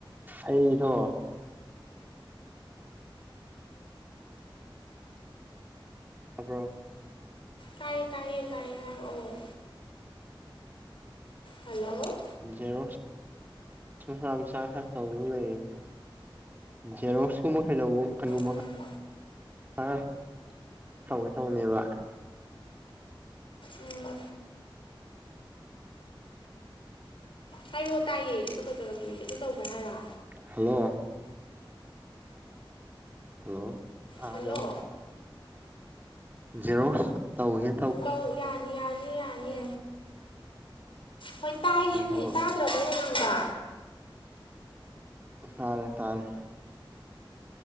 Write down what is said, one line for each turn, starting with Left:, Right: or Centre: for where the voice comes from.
Right: ꯑꯩꯊꯣ ꯑ꯭ꯔꯣ
Left: ꯇꯥꯏꯌꯦ ꯇꯥꯏꯌꯦ ꯇꯥꯏꯌꯦ ꯍꯥꯏꯔꯛꯑꯣꯑꯣ ꯍꯜꯂꯣ
Right: ꯖꯦꯔꯣꯛ ꯃꯁꯥ ꯃꯁꯥ ꯈꯔ ꯇꯧꯗꯨꯅ ꯂꯩꯌꯦ ꯖꯦꯔꯣꯛꯁ ꯀꯨꯝꯕ ꯀꯩ ꯂꯧꯕ ꯀꯩꯒꯨꯝꯕ
Left: ꯎꯝ
Right: ꯑ ꯇꯧꯋꯦ ꯇꯧꯅꯦꯕ
Left: ꯎꯝ ꯍꯥꯏꯔꯛꯑꯣ ꯇꯥꯏꯌꯦ ꯑꯗꯨ ꯀꯩꯗꯧꯔꯒꯦ ꯑꯗꯨ ꯇꯧꯒ꯭ꯔꯦ ꯍꯥꯏꯔꯣ
Right: ꯍꯜꯂꯣ ꯍꯜꯂꯣ ꯑꯔ
Left: ꯍꯜꯂꯣ
Right: ꯖꯩꯅꯣ ꯇꯧꯕꯒꯦ
Left: ꯑꯧ ꯌꯥꯅꯤ ꯌꯥꯅꯤ ꯌꯥꯅꯤ ꯍꯣꯏ ꯇꯥꯏꯅꯤꯥꯏ
Right: ꯑꯗꯣ
Left: ꯁꯔꯥꯕ ꯂꯣꯥꯡꯕ
Right: ꯇꯥꯔꯦ ꯇꯥꯔꯦ